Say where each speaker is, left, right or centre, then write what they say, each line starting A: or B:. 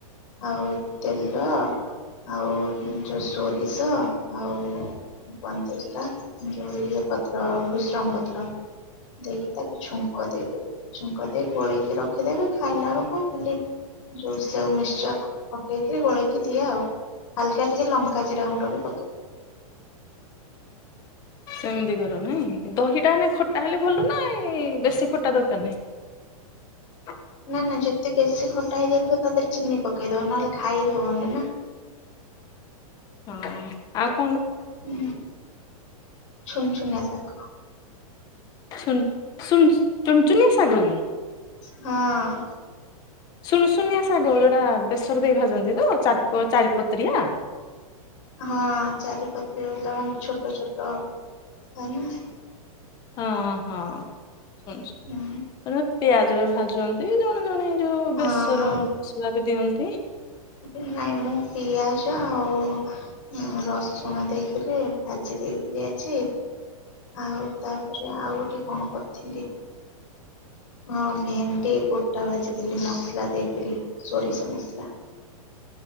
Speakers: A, on the left (about 55°); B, on the left (about 20°).
A: ଆଉ ତେଲ, ଆଉ ଯୋଉ ସୋରିଷ, ଆଉ କୁହନ୍ତି ସେଟା ଯୋଉ ଇଏ ପତ୍ର ଭୃସଙ୍ଗ ପତ୍ର ଦେଇକି ତାକୁ ଛୁଙ୍କ ଦେଇଦେବେ, ଛୁଙ୍କ ଦେଇ ଗୋଳେଇକି ରଖିଦେବେ। ଖାଇଲା ବେଳକୁ ଖାଲି ଯୋଉ ସେଓ ମିକସଚର ପକେଇକି ଗୋଳେଇକି ଦିଏ ଆଉ। ହାଲ୍ କା ଟିକେ ଲଙ୍କା ଜିରା ଗୁଣ୍ଡ ବି ପକେଇଦିଏ।
B: ସେମ୍ ଦିଗ ଦନାହିଁ ଦହିଟା ହେନେ ଖଟା ହେଲେ ଭଲ ନାଇଁ ବେଶ୍ ସେ ଖଟା ଦରକାର ନାହିଁ।
A: ନା ନା, ଯଦି ବେଶୀ ଖଟା ହେଇଯାଇଥିବ। ତା ଦେହରେ ଚିନି ପକେଇଦବ ନହେଲେ ଖାଇ ହବନି ନା।
B: ହଁ ଆଉ ।
A: ହୁଁ ଛୁନ୍ ଛୁନା ଶାଗ।
B: ଛୁନ୍ ଶୁନ୍ ଚୁନଚୁନିଆ ଶାଗ କି?
A: ହଁ ।
B: ସୁନ୍ ଶୁନିଆ ଶାଗ ଯୋଉଟା ବେସର ଦେଇ ଭାଜନ୍ତି ତ? ଚାରି ଚାରିପତ୍ରିଆ ।
A: ହଁ, ଚାରିପତି ଲ ମାନେ ଛୋଟ ଛୋଟ ହେନା ।
B: ହଁ ହଁ । <unintelligible>
A: ହୁଁ
B: ପିଆଜରେ ଭାଜ ଜନ୍ତି ଜଣେ ଜଣେ ଏଇ ଯୋଉ
A: ହଁ
B: ବେସର
A: ହଁ
B: ମସଲା ବି ଦିଅନ୍ କି?
A: ନାଇଁ, ମୁଁ ପିଆଜ ଆଉ ରସୁଣ ଦେଇକରି ଭାଜି ଦେଇଥିଲି ଆଜି। ଆଉ ତାପ ରେ ଆଉ ଗୋଟେ କଣ କରିଥିଲି? ହଁ ଭେଣ୍ଡି ଗୋଟା ଭାଜିଥିଲି ମସଲା ଦେଇକିରି ସୋରିଷ ମସଲା ।